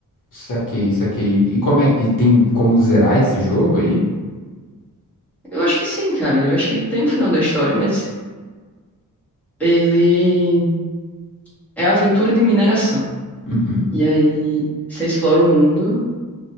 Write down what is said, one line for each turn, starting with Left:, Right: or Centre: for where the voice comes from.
Left: Saquei, saquei. E como é, e tem como zerar esse jogo aí?
Centre: Eu acho que sim, cara. Eu acho que tem um final da história, mas ele é a aventura de mineração.
Left: Uhum.
Centre: E aí você explora o mundo.